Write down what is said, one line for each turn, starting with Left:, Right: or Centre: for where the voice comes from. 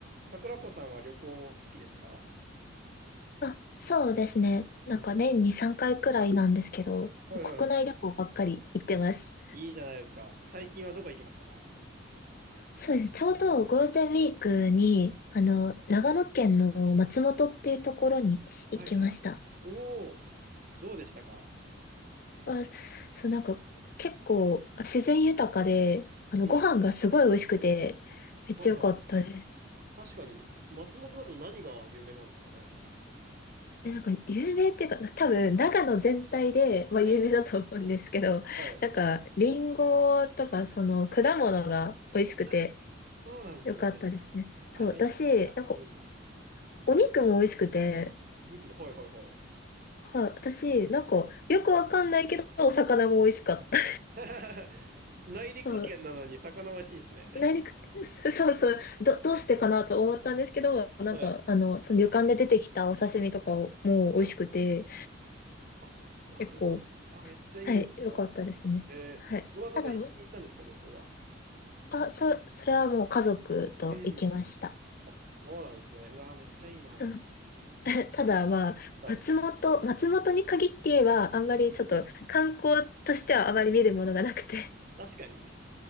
Right: 桜子さんは旅行好きですか
Left: あ、そうですね。
Right: うん。
Left: なんか年に3回くらいなんですけど、
Right: はいはいはい。
Left: 国内旅行ばっかり行ってます。
Right: いいじゃないですか。最近はどこ行きましたか
Left: そうです。ちょうどゴールデンウィークに、あの、長野県の松本っていうところに行きました。
Right: はいはい。おおー、どうでしたか
Left: あ、そう、なんか結構自然豊かで、あの、
Right: うん。
Left: ご飯がすごい美味しくて、
Right: あはいはいはい。
Left: めっちゃ良かったです。
Right: 確かに、松本だと何が有名なんですかね
Left: で、なんか有名っていうか、多分長野全体で、まあ有名だと思うんですけど、
Right: はい。はい。
Left: なんか、リンゴとか、その、果物が美味しくて、
Right: あそうなんですね。
Left: よかったですね。
Right: あ、
Left: そう、私、
Right: めっちゃ。
Left: なんか、
Right: うん。
Left: お肉も美味しくて、
Right: お肉だ。はいはいはい。
Left: はい、私、なんか、よくわかんないけど、お魚も美味しかった。
Right: <laughs> 内陸圏なのに魚美味しいんですね。
Left: <laughs> はい、内陸、<laughs> そうそう、ど、どうしてかなと思ったんですけど、なんか、
Right: <laughs> はい。
Left: あの、その旅館で出てきたお刺身とかも美味しくて、
Right: うんあ、なるほど。
Left: 結構、
Right: あ、めっちゃいいですね。
Left: はい、よかったですね。
Right: えー、
Left: はい。
Right: どなたと一緒に行ったんですか、
Left: ただ、
Right: 旅行は。
Left: あ、そ、それはもう家族と行きました。
Right: うん。あ、そうなんですね。うわー、めっちゃいいな。
Left: うん <laughs> ただまあ、
Right: はい。
Left: 松本、松本に限って言えば、あんまりちょっと観光としてはあまり見るものがなくて、
Right: うん確かに。